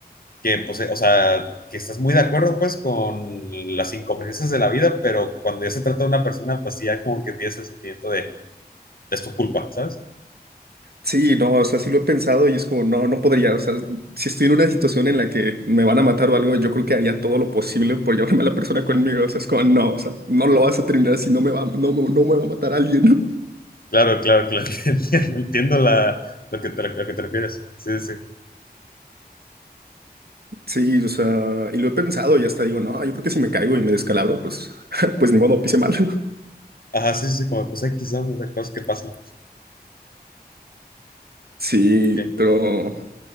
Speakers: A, on the left; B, on the right.
A: que pues, eh, o sea, que estás muy de acuerdo, pues, con las inconveniencias de la vida, pero cuando ya se trata de una persona, pues sí, ya como que tienes el sentimiento de, es tu culpa, ¿sabes?
B: Sí, no, o sea, sí lo he pensado y es como, no, no podría, o sea, si estoy en una situación en la que me van a matar o algo, yo creo que haría todo lo posible por llevarme a la persona conmigo, o sea, es como, no, o sea, no lo vas a terminar si no me va, no, me- no me va a matar alguien. <laughs>
A: Claro, claro, claro. <laughs> Entiendo, entiendo la, lo que te, lo que te refieres. Sí, sí. sí.
B: Sí, o sea, y lo he pensado y hasta digo, no, yo creo que si me caigo y me descalabro, pues, <laughs> pues ni modo, pise mal.
A: Ajá, sí, sí, sí, como pues X, ¿no? O sea, cosas que pasan.
B: Sí,
A: Ok.
B: pero